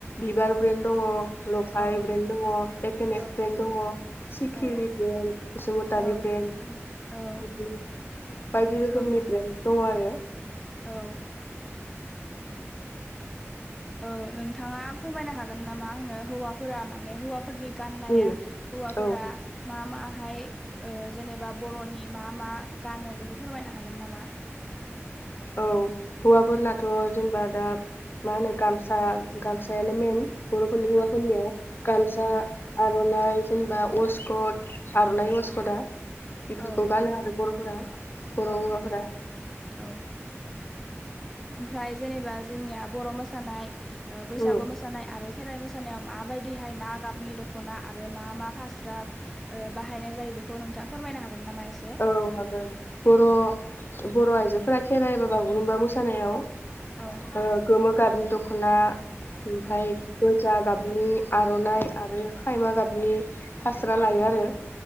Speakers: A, on the left; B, in the centre.
A: बिबार ब्रेन्ड दङ लफाय
B: औ
A: ब्रेन्ड दङ एफ एन एफ
B: औ
A: ब्रेन्ड दङ सिखिरि
B: औ
A: ब्रेन्ड बसुमतारि
B: औ
A: ब्रेन्ड
B: औ
A: बि बायदि रोखोमनि
B: औ
A: ब्रेन्ड दङ आरो
B: औ औ नोंथाङा फोरमायनो हागोन नामा आंनो हौवाफोरा माने हौवाफोरा फोरनि गाननाया
A: उम
B: हौवाफोरा
A: औ
B: मा मा बेहाय ओ जेनेबा बर'नि मा मा गानो बेखौ फोरमायनो हागोन नामा
A: औ हौवाफोरनाथ' जेनेबा दा मा होनो गाम गामसायानो मेन बर'फोरनि
B: औ
A: हौवाफोरनिया गामसा
B: औ
A: आर- नाय जेनेबा अस्कट आर'नाइ
B: औ
A: अस्कदा बेफोरखौ
B: औ
A: गानो आरो बर'फोरा बर'
B: औ
A: हौवाफोरा
B: औ औ ओमफ्राय जेनेबा जोंनिया बर' मोसानाय बैसागु
A: उम
B: मोसानाय आरो खेराइ मोसानायाव मााबायदिहाय मा गाबनि दख'ना आरो मा मा फास्रा बाहायनाय जायो बेखौ नोंथाङा फोरमायनो हागोन फोरमायगोन ना इसे
A: औ हागोन बर' बर आयजोफोरा खेराइ एबा बागुरुम्बा मोसानायाव
B: औ
A: ओ गोमो गाबनि दख'ना ओमफ्राय
B: औ
A: फुजा गाबनि आर'नाइ आरो खायमा गाबनि फास्रा लायो आरो